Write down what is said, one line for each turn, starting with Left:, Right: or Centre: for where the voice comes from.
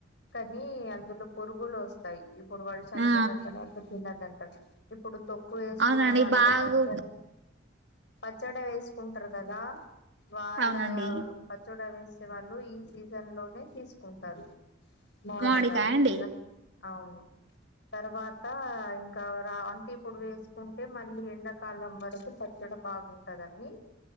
Left: కానీ అందులో పురుగులు వస్తాయి ఇప్పుడు వర్షన్ని
Right: ఆ
Left: పడ్డ తర్వాత తినది అంటారు ఇప్పుడు తొక్కు వేసుకున్న
Right: అవునండి
Left: వాళ్ళకు
Right: బాగు
Left: పచ్చడి పచ్చడి వేసుకుంటారు కదా వాళ్ళ
Right: అవునండి
Left: పచ్చోడా వేసే వాళ్ళు ఈ సీజన్ లోనే తీసుకుంటారు మావిడి
Right: మామిడికాయ
Left: కాలు
Right: అండి
Left: ర అవును తర్వాత ఇంకా రా వంటిప్పుడు వేసుకుంటే మళ్ళీ ఎండాకాలం వరకు ఇడం బాగుంటదని